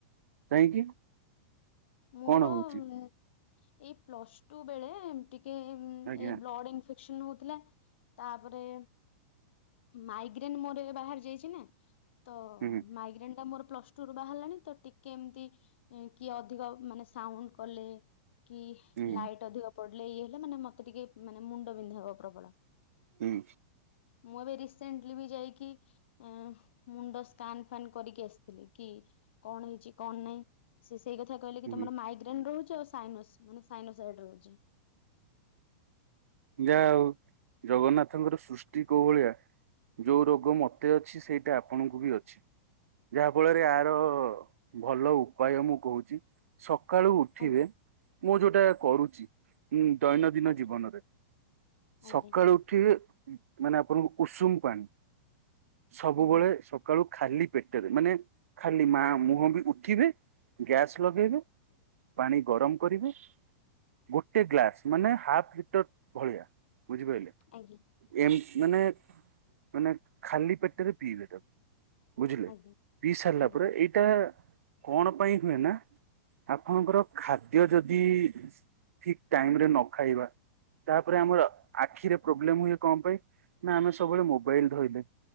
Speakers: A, on the right; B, on the left.
A: କାହିଁକି?
B: ମୋର
A: କଣ ହଉଛି
B: ଏଇ ପ୍ଲସ ଟୁ ବେଳେ, ଉମ୍ ଟିକେ ଉମ୍
A: ଆଜ୍ଞା
B: ଏଇ ବ୍ଲଡ ଇନ୍ଫେ କ୍ସନ ହଉଥିଲା। ତାପରେ ମାଇଗ୍ରେନ୍ ମୋର ଏବେ ବାହାରି ଯାଇଛି ନା। ତ
A: ହୁଁ
B: ମାଇଗ୍ରେନଟା ମୋର ପ୍ଲସ ଟୁରୁ ବାହାରିଲାଣି। ତ ଟିକେ ଏମତି କିଏ ଅ ଅଧିକ ମାନେ ସାଉଣ୍ଡ କଲେ, କି
A: ହୁଁ
B: ଲାଇଟ୍ ଅଧିକ ପଡିଲେ ଇଏ ହେଲେ ମାନେ, ମତେ ଟିକେ ମାନେ ମୁଣ୍ଡ ବିନ୍ଧା ହବ ପ୍ରବଳ।
A: ହୁଁ।
B: ମୁଁ ଏବେ ରିସେଣ୍ଟଲି ବି ଯାଇକି, ଆ ମୁଣ୍ଡ ସ୍କାନ ସ୍କାନ୍ କରିକି ଆସିଥିଲି, କି କଣ ହେଇଛି କଣ ନାହିଁ ସେ ସେଇ କଥା କହିଲେ କି, ତମର
A: ହୁଁ
B: ମାଇଗ୍ରେନ ରହୁଛି ଆଉ ସାଇନସ୍ ମାନେ ସାଇନସାଇଡ ରହୁଛି।
A: ଯାହା ଆଉ ଜଗନ୍ନାଥଙ୍କର ସୃଷ୍ଟି କୋଉ ଭଳିଆ ଯୋଉ ରୋଗ ମତେ ଅଛି, ସେଇଟା ଆପଣଙ୍କୁ ବି ଅଛି। ଯାହାଫଳରେ ୟାର ଭଲ ଉପାୟ ମୁଁ କହୁଛି। ସକାଳୁ ଉଠିବେ,
B: ଆଜ୍ଞା
A: ମୁଁ ଯୋଉଟା କରୁଛି, ଉମ୍ ଦୈନନ୍ଦିନ
B: ଆଜ୍ଞା
A: ଜୀବନରେ,
B: ଆଜ୍ଞା
A: ସକାଳୁ ଉଠି ମାନେ ଆପଣଙ୍କୁ ଉଷୁମ ପାଣି ସବୁବେଳେ
B: ଆଜ୍ଞା
A: ସବୁ ସକାଳୁ ଖାଲି ପେଟରେ, ମାନେ ଖାଲି ମା ମୁହଁ ବି ଉଠିବେ, ଗ୍ୟାସ୍ ଲଗେଇବେ ପାଣି ଗରମ କରିବେ, ଗୋଟେ ଗ୍ଲାସ ମାନେ ହାଫ୍ ହିଟର ଭଳିଆ, ବୁଝିପାଇଲେ?
B: ଆଜ୍ଞା।
A: ଏମ୍ ମାନେ, ମାନେ ଖାଲି ପେଟରେ ପିଇବେ ତାକୁ। ବୁଝିଲେ,
B: ଆଜ୍ଞା
A: ପିଇ ସାରିଲା
B: ଆଜ୍ଞା
A: ପରେ ଏଇ ଏଇଟା କଣ ପାଇଁ ହୁଏ ନା, ଆପଣଙ୍କର ଖାଦ୍ୟ ଯଦି ଠିକ ଟାଇମରେ ନ ଖାଇବା ତାପରେ ଆମର ଆଖିରେ ପ୍ରୋବ୍ଲେମ ହୁଏ କଣ ପାଇଁ, ନା ଆମେ ସବୁବେଳେ ମୋବାଇଲ ଧଇଲେ।